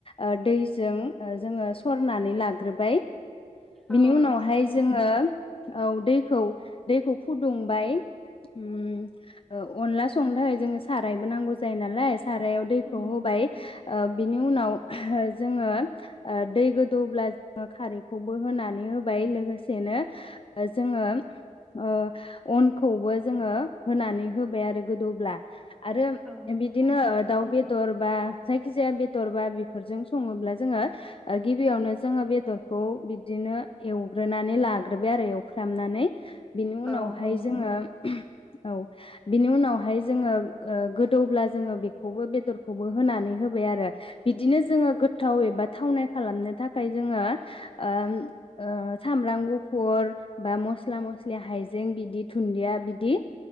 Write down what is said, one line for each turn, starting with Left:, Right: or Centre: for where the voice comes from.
Left: ओ दैजों जोङो ओ सरनानै लाग्रोबाय। बिनि
Centre: औ
Left: उनावहाय
Centre: नोंथां
Left: जोङो औ दैखौ दैखौ फुदुंबाय ओम ओ अनला संनो थाखाय जोङो सारायबो नांगौ जायो नालाय सारायाव दैखौ
Centre: उम
Left: होबाय ओ बिनि उनाव जोङो ओ दै गोदौब्ला जोङो खारैखौ खौबो होनानै होबाय लोगोसेनो जोङो ओ अनखौबो जोङो होनानै होबाय आरो गोदौब्ला आरो
Centre: औ नोंथां
Left: बिदिनो दाउ बेदर बा जायखिजा जाया बेदर बा बिफोरजों संङोब्ला जोङो गिबियावनो जोङो बेदर खौ बिदिनो एवग्रोनानै लाग्रोबाय आरो एवफ्रामनानै बिनि उनावहाय
Centre: औ औ
Left: जोङो औ बिनि उनावहाय जोङो ओ गोदौब्ला जोङो बेखौबो बेदरखौबो होनानै होबाय आरो बिदिनो जोङो गोथाव एबा थावनाय खालामनो थाखाय जोङो ओ ओ सामब्राम गुफुर बा मस्ला मस्लि हाइजें बिदि थुन्दिया बिदि